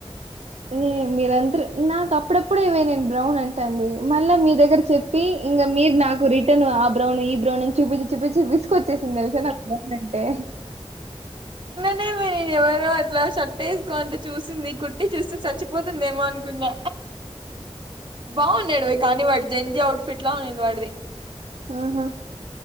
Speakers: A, on the right; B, on the right.
A: ఏ మీరందరు నాకు అప్పుడప్పుడేవే నేను బ్రౌన్ అంటాంది మళ్ళ మీ దగర చెప్పి ఇంక మీర్ నాకు రిటర్న్ ఉ ఆ బ్రౌను ఈ బ్రౌను అని చూపిచి చూపిచి విసిక్ కొచ్చేసింది తెలుసా నాక్ బ్రౌన్ అంటే
B: నేన్ ఒలేను ఎవరో అట్ల షర్ట్ ఏసుకోంటే చూసింది కుట్టి చూస్తే సచ్చిపోతుందేమో అనుకున్నా. బాగున్నాడువే కానీ వాడు జెంజ అవుట్ ఫిట్ లా ఉంనింది వాడిది.
A: ఆహ